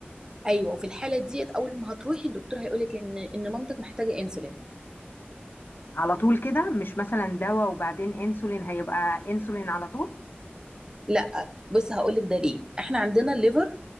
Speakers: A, on the right; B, on the left.
A: ايوه وفي الحاله ديت اول ما هتروحي الدكتور هيقول لك ان ان مامتك محتاجه انسولين
B: على طول كده مش مثلا دواء وبعدين انسولين هيبقى انسولين على طول
A: لا بص هقولك ده ليه احنا عندنا الليفر